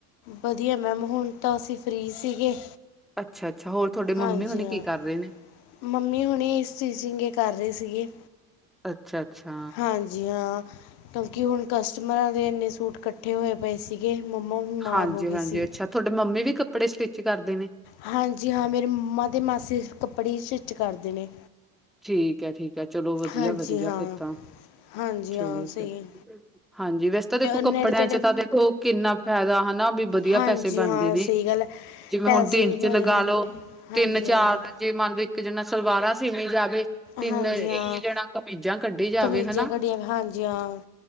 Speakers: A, on the left (about 60°); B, in the centre.
A: ਵਧੀਆ ਮੈਮ। ਹੁਣ ਤਾਂ, ਅਸੀਂ ਫ੍ਰੀ ਸੀਗੇ।
B: ਅੱਛਾ-ਅੱਛਾ। ਹੋਰ ਤੁਹਾਡੇ
A: ਹਾਂਜੀ
B: ਮੰਮੀ ਹੋਣੀ
A: ਹਾਂ
B: ਕੀ ਕਰ ਰਹੇ ਨੇ?
A: ਮੰਮੀ ਹੁਣੀ ਸਟਿਚਿੰਗ ਹੀ, ਕਰ ਰਹੇ ਸੀਗੇ।
B: ਅੱਛਾ-ਅੱਛਾ,
A: ਹਾਂਜੀ, ਹਾਂ। ਕਿਉਂਕਿ, ਹੁਣ, ਕਸਟਮਰਾਂ ਦੇ ਇੰਨੇ ਸੂਟ, ਇਕੱਠੇ ਹੋਏ ਪਏ ਸੀਗੇ। ਮੰਮਾ ਬਿਮਾਰ
B: ਹਾਂਜੀ-ਹਾਂਜੀ,
A: ਹੋ ਗਏ ਸੀ
B: ਅੱਛਾ। ਤੁਹਾਡੇ ਮੰਮੀ ਵੀ, ਕੱਪੜੇ ਸਟਿਚ ਕਰਦੇ ਨੇ।
A: ਹਾਂਜੀ, ਹਾਂ। ਮੇਰੇ ਮੰਮਾ ਤੇ ਮਾਸੀ ਕੱਪੜੇ ਸਟਿਚ ਕਰਦੇ ਨੇ।
B: ਠੀਕ ਹੈ-ਠੀਕ ਹੈ, ਚਲੋ ਵਧੀਆ-
A: ਹਾਂਜੀ
B: ਵਧੀਆ,
A: ਹਾਂ
B: ਫੇਰ ਤਾਂ।
A: ਹਾਂਜੀ
B: <unintelligible>
A: ਹਾਂ ਸਹੀ
B: ਹਾਂਜੀ। ਵੈਸੇ ਤਾਂ ਦੇਖੋ, ਕੱਪੜਿਆਂ
A: ਨੇੜੇ ਤੇੜੇ
B: ਚ, ਤਾਂ ਦੇਖੋ। ਕਿੰਨਾ, ਫਾਇਦਾ ਹਨਾ। ਵੀ, ਵਧੀਆ
A: ਹਾਂਜੀ
B: ਪੈਸੇ ਬਣਦੇ
A: ਹਾਂ
B: ਨੇ।
A: ਸਹੀ ਗੱਲ ਹੈ
B: ਜਿਵੇਂ
A: ਪੈਸੇ
B: ਹੁਣ ਦਿਨ
A: ਵੀ
B: ਚ
A: ਬਣੇ
B: ਲਗਾ
A: ਬਣਦੇ
B: ਲੋੋ
A: ਨੇ
B: ਤਿੰਨ,
A: ਹਾਂਜੀ
B: ਚਾਰ
A: ਹਾਂ
B: ਜੇ ਮੰਨ ਕਿ ਜਿੰਨਾ ਸਲਵਾਰਾਂ ਸੀ। ਦੀਣੀ ਜਾਕੇ। <unintelligible> ਤੇ ਤਿੰਨ,
A: ਹਾਂਜੀ
B: ਇੱਕ
A: ਹਾਂ
B: ਜਣਾ ਕਮੀਜਾਂ ਕੱਢੀ, ਜਾਵੇ
A: ਕਮੀਜ਼ਾਂ
B: ਹਨਾ।
A: ਕਢੀਆਂ ਹਾਂਜੀ ਹਾਂ